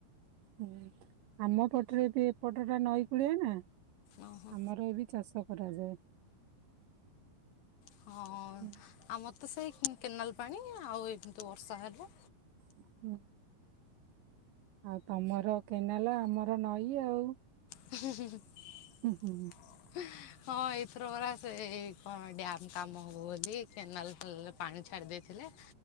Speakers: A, on the right; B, on the left.
A: ହୁଁ। ଆମ ପଟରେ ଏବେ ଏପଟ ଟା ନଈ କୂଳିଆ ନା
B: ଓହୋ
A: ଆମର ଏବେ ଚାଷ କରାଯାଏ।
B: ହଁ
A: ହୁଁ
B: ଆମ ତେ ସେଇ କେନାଲ। ପାଣି ଆଉ ଏନୁ ତ ବର୍ଷା ହେଲା।
A: ହୁଁ। ଆଉ ତମର କେନାଲ ଆମର ନଈ ଆଉ।
B: <unintelligible>
A: ହୁଁ ହୁଁ
B: ହଁ ଏଇଥର ପରା ସେଇ କଣ ଡ୍ୟାମ କାମ ହବ ବୋଲି କେନାଲ। ଭଲ ପାଣି ଛାଡି ଦେଇଥିଲେ